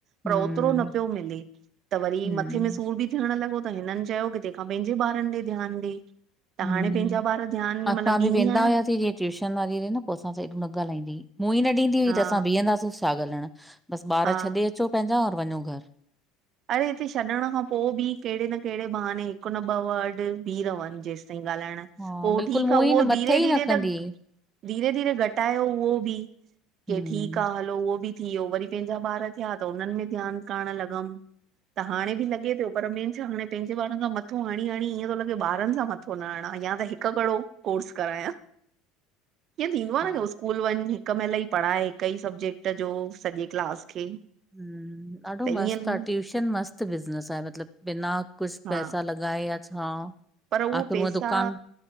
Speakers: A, on the right; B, in the centre.
A: पर
B: हम्म
A: ओतिरो न पियो मिले त वरी
B: हम्म
A: मथे सूर बि थियण लॻो त हिननि चयो की तंहिंखां पंहिंजे ॿारनि ते ध्यानु ॾे। त
B: हम्म
A: हाणे पंहिंजा ॿार ध्यानु
B: असां
A: मतिलबु
B: बि
A: ॾींदी
B: वेंदा
A: आहियां।
B: हुआसीं जीअं ट्यूशन वारी न पोइ असां एॾो ॻाल्हाईंदी हूं मुंहु ई न ॾींदी हुई
A: हा
B: त असां बीहंदासीं छा ॻाल्हाइणु। बसि ॿार
A: हा
B: छॾे अचो पंहिंजा और वञो घरु।
A: अरे हिते छॾण खां पोइ बि कहिड़े न कहिड़े बहाने हिकु न ॿ वर्ड बीह रहनि जेेंसि ताईं ॻाल्हाइण।
B: हा
A: पोइ
B: बिल्कुलु
A: ठीकु
B: मुंहुं
A: आहे उहो
B: ई न मथे
A: धीरे-धीरे
B: ई न कंदी
A: त
B: हुई
A: धीरे-धीरे घटायो उहो बि
B: हम्म
A: की ठीकु आ हलो उहो बि थी वियो। वरी पंहिंजा ॿार थिया त उननि में ध्यानु करणु लॻमि। त हाणे बि लॻे थो पर मेन छा हाणे पंहिंजे ॿारनि सां मथो हणी-हणी ईअं थो लॻे ॿारनि सां मथो मथो न हणा या त हिकु कहिड़ो कोर्स करायां। ईअं थींदो आ
B: हा
A: न की स्कूल वञ हिक महिल ई पढ़ाए हिक ई सब्जेक्ट जो सॼे क्लास खे।
B: हम्म, ॾाढो
A: त
B: मस्त
A: ईअं
B: आ ट्यूशन मस्त बिज़नेस आहे मतिलबु बिना कुझु
A: हा
B: पैसा लॻाए। लॻाए या छा?
A: पर उहो
B: आख़िर
A: पैसा
B: हूअं दुकान